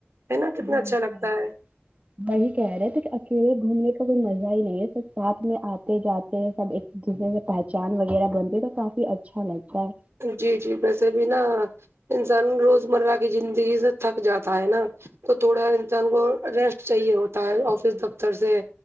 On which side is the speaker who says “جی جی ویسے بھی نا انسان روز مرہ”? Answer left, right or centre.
Right